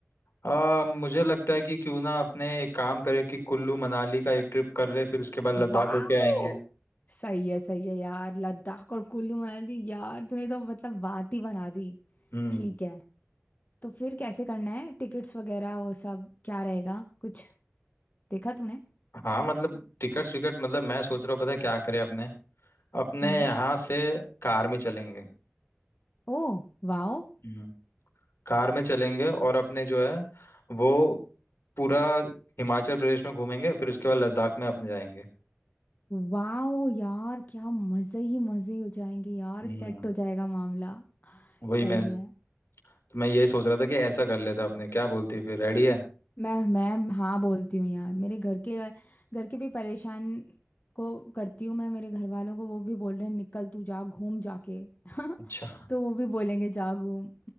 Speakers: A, on the left; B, on the left.
A: आ, मुझे लगता है कि क्यों ना अपने एक काम करें कि कुल्लू मनाली का एक ट्रिप कर ले फिर उसके बाद लद्दाख
B: वाओ
A: होके आएंगे
B: सही है सही है यार लद्दाख और कुल्लू मनाली यार तूने तो मतलब बात ही बना दी
A: हम्म
B: ठीक है तो फिर कैसे करना है टिकट्स वगैरह वो सब क्या रहेगा कुछ देखा तूने
A: हाँ मतलब टिकट विकट मतलब मैं सोच रहा हूँ पता है क्या करें अपने अपने
B: हम्म
A: यहाँ से कार में चलेंगे
B: ओ वाओ
A: हम्म। कार में चलेंगे और अपने जो है वो पूरा हिमाचल प्रदेश में घूमेंगे फिर उसके बाद लद्दाख में अपने जाएंगे
B: वाओ यार क्या मजे ही मजे हो जाएंगे यार
A: हम्म,
B: सेट हो जाएगा मामला
A: वही
B: सही
A: मैं
B: है
A: तो मैं ये सोच रहा था कि ऐसा कर लेते अपने क्या बोलती है फिर रेडी है
B: मैं मैं हाँ बोलती हूँ यार मेरे घर के घर के भी परेशान को करती हूँ मैं मेरे घर वालों को वो भी बोल रहे हैं निकल तू जा घूम जाके <laughs>
A: अच्छा
B: तो वो भी बोलेंगे जा घूम